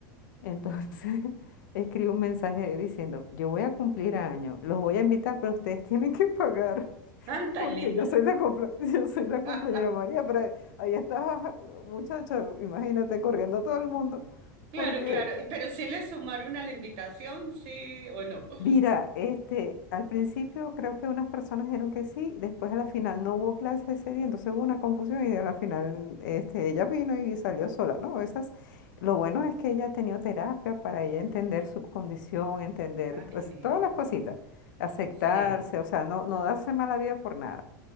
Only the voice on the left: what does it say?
Entonces, <laughs> escribe un mensaje diciendo, yo voy a cumplir año, los voy a invitar, pero ustedes tienen que pagar.
Porque
yo soy la cumple- <laughs> yo soy la
cumpleañera María, pero ahí ahí estás, muchacha, imagínate corriendo a todo el mundo.
Porque
Mira, este, al principio creo que unas personas dijeron que sí, después a la final no hubo clase ese día, entonces hubo una confusión y a la final este, ella vino y salió sola, ¿no? Esas, lo bueno es que ella ha tenido terapia para ella entender su condición, entender
pues,
todas las cositas, aceptarse,
o sea, no, no darse mala vida por nada.